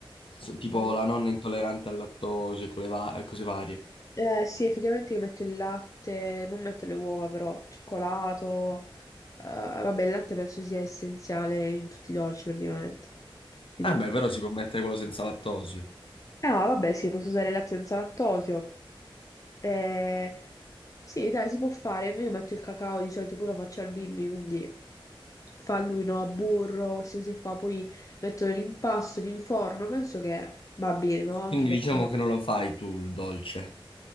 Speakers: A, on the left; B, on the left.
A: so- tipo
B: Mm.
A: la nonna intollerante al lattosio, con le va- cose varie.
B: Eh sì, effettivamente io metto il latte, non metto le uova però, cioccolato, eh, vabbè il latte penso sia essenziale in tutti i dolci praticamente, quindi
A: Ah,
B: un
A: beh,
B: po'.
A: però si può mettere quello senza lattosio.
B: Ah, vabbè, sì, posso usare il latte senza lattosio. Eh, sì, dai, si può fare. Io metto il cacao, di solito pure lo faccio al bimbi, quindi fa lui, no, burro, queste cose qua. Poi metto nell'impasto di un forno, penso che va bene, no? Anche
A: Quindi
B: perché
A: diciamo che non lo fai tu il dolce.